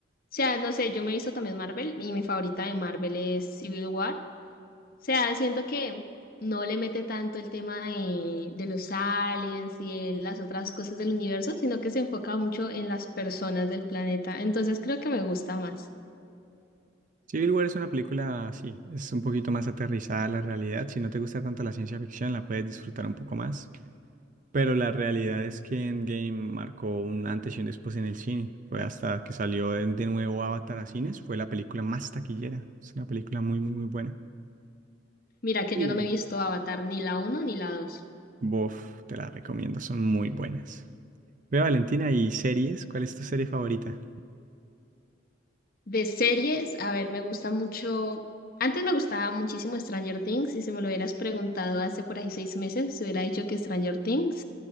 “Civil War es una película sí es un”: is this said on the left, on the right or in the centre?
Right